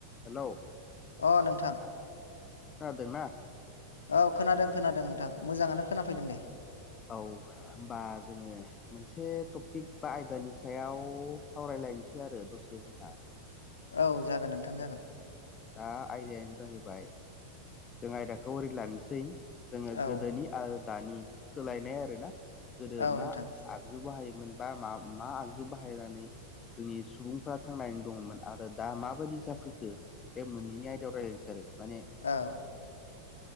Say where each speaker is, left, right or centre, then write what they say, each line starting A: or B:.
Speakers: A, on the left (about 25°); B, on the left (about 70°).
A: Hello?
B: अह नोंथां।
A: खोनादों ना?
B: औ खोनादों खोनादों नोंथां मोजाङानो खोनाफैदों दे।
A: औ होमबा जोङो मोनसे टपिक बा आयदानि सायाव सावराय लायनोसै आरो दसे जोंहा।
B: औ जागोन नोंथां जागोन।
A: औ दा आयदायानो जाहैबाय जों आयदाखौ ओरै लानोसै जोङो
B: औ
A: गोदोनि आरो दानि सोलायनाय आरोना गोदो
B: औ
A: मा
B: नोंथां
A: आगजु बाहायोमोन बा मा मा आगजु बाहायनानै जोंनि सुबुंफोरा थांनानै दङमोन आरो दा माबायदि जाफैखो बे मोननैनि आयदायाव रायलायनोसै आरो। माने
B: औ।